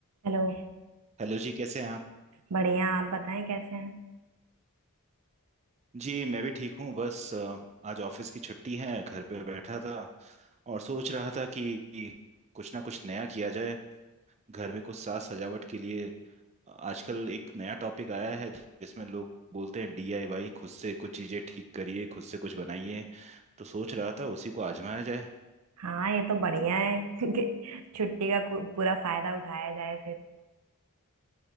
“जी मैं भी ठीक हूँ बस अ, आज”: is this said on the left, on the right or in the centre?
Right